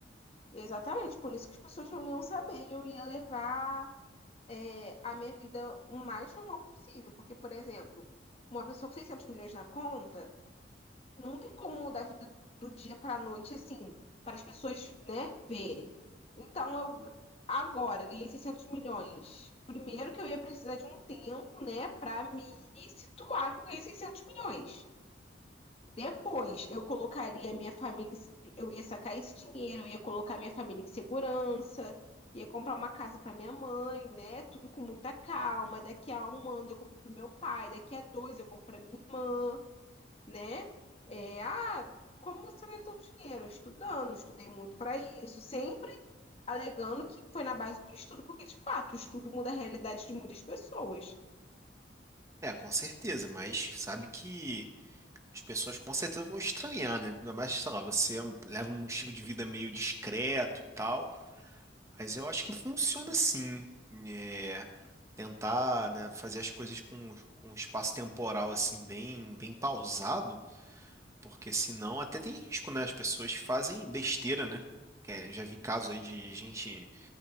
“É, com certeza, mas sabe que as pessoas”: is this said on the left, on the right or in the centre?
Right